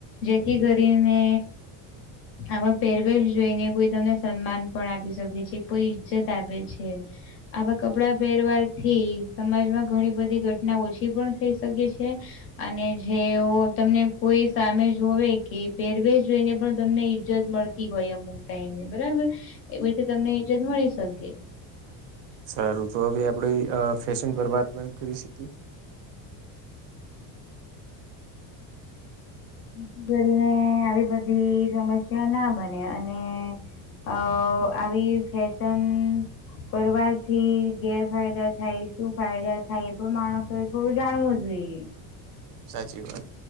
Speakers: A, on the left; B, on the right.
A: જેથી કરીને આમાં પહેરવેેશ જોઈને કોઈ તમને સન્માન પણ આપી શકે છે કોઈ ઈજ્જત આપે છે. આવા કપડાં પહેરવાથી, સમાજમાં ઘણી બધી ઘટના ઓછી પણ થઈ સકે છે, અને જેઓ, તમને કોઈ સામે જોવે, કે પહેરવેસ જોઈને પણ તમને ઈજ્જત મળતી હોય, અમુક ટાઈમે, બરાબર? એવી રીતે તમને ઈજત મળી સકે.
B: સારું, તો હવે આપણે અ ફેસન પર વાત બંધ કરી સકીએ.
A: જેથી કરીને આવી બધી સમસ્યા ના બને અને અ આવી ફેશન કરવાથી ગેરફાયદા થાય શું ફાયદા થાય એ પણ માણસો થોડું જાણવું જોઈએ.
B: સાચી વાત.